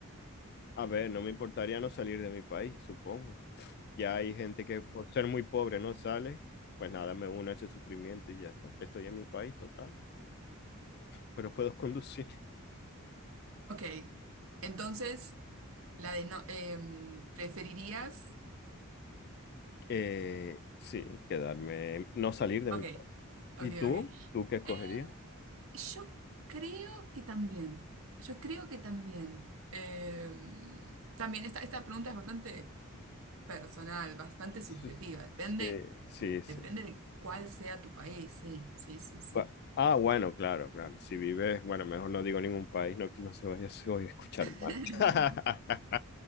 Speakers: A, on the left; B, on the right.
A: a ver, no me importaría no salir de mi país, supongo. Ya hay gente que por ser muy pobre no sale, pues nada, me uno a ese sufrimiento y ya está. Estoy en mi país, total, pero puedo <laughs> conducir.
B: Ok. Entonces, La de no, em, ¿preferirías?
A: Eh, sí, quedarme, no salir de
B: Ok,
A: mi país.
B: ok,
A: ¿Y tú?
B: ok.
A: ¿Tú qué escogerías?
B: Eh, yo creo que también. Yo creo que también. Em, también esta, esta pregunta es bastante personal, bastante subjetiva.
A: <laughs>
B: Depende,
A: Sí, sí, sí.
B: depende de cuál sea tu país. Sí, sí, sí, sí.
A: Gua- Ah, bueno, claro, claro. Si vives, bueno, mejor no digo ningún país, no, que no se vaya a escuchar
B: <laughs>
A: mal. <laughs>